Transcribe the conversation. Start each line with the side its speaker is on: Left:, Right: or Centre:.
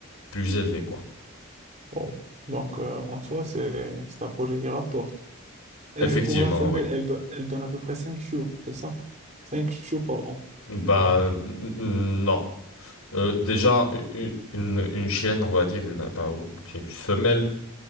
Left: plus élevés, quoi.
Right: Wow. Donc, euh, en soi, c'est c'est un projet qui rapporte. Et
Left: Effectivement,
Right: pour la femelle,
Left: oui.
Right: elle, do- elle donne à peu près cinq chiots, c'est ça? cinq chiots par an.
Left: Bah, n- n- non. Euh, déjà, une, une- une chienne, on va dire, une, pas- ou bien une femelle,